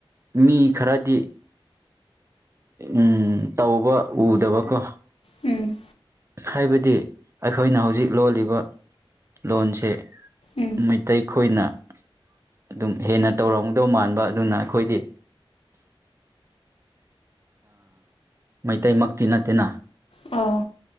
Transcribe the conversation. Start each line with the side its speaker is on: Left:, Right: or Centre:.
Right: ꯃꯤ ꯈꯔꯗꯤ꯫ ꯎꯝ ꯇꯧꯕ ꯎꯗꯥꯕꯀꯣ꯫
Left: ꯎꯝ꯫
Right: ꯍꯥꯏꯕꯗꯤ ꯑꯩꯈꯣꯏꯅ ꯍꯧꯖꯤꯛ ꯂꯣꯜꯂꯤꯕ ꯂꯣꯟꯁꯤ꯫
Left: ꯎꯝ
Right: ꯃꯩꯇꯩ ꯈꯣꯏꯅ ꯑꯗꯨꯝ ꯍꯦꯟꯅ ꯇꯧꯔꯝꯗꯧ ꯃꯥꯟꯕ ꯑꯗꯨꯅ ꯑꯩꯈꯣꯏꯗꯤ꯫ ꯃꯩꯇꯩꯃꯛꯇꯤ ꯅꯠꯇꯦꯅ꯫
Left: ꯑꯣ